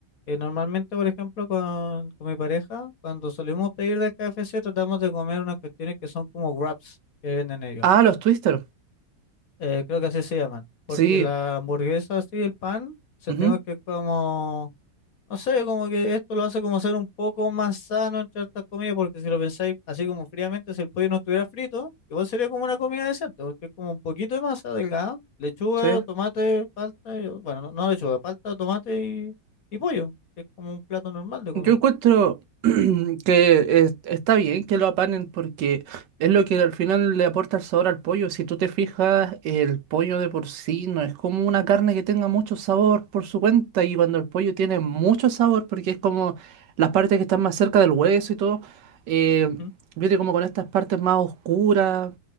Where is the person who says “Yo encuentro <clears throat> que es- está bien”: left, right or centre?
Right